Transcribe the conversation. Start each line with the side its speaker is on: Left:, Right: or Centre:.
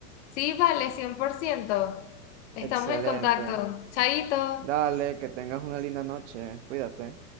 Left: Sí, vale, 100%. Estamos
Right: Excelente.
Left: en contacto. Chaito.
Right: Dale, que tengas una linda noche. Cuídate.